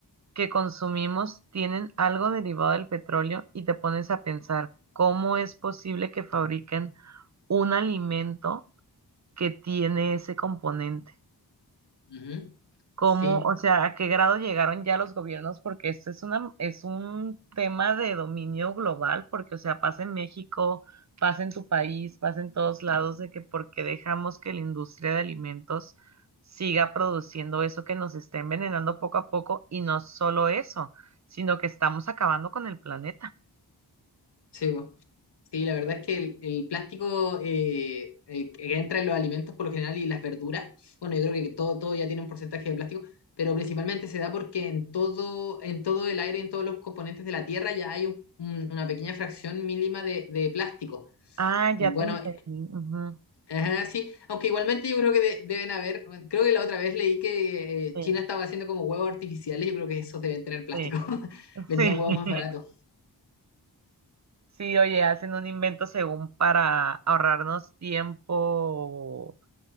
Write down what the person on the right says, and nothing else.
que consumimos tienen algo derivado del petróleo y te pones a pensar cómo es posible que fabriquen un alimento que tiene ese componente.
cómo,
o sea, a qué grado llegaron ya los gobiernos, porque esto es una, es un tema de dominio global, porque, o sea, pasa en México, pasa en tu país, pasa en todos lados, de que porque dejamos que la industria de alimentos siga produciendo eso que nos está envenenando poco a poco, y no solo eso, sino que estamos acabando con el planeta.
Ah, ya
te entendí. Ujú.
Sí,
sí,
sí.
<laughs> Sí, oye, hacen un invento según para ahorrarnos tiempo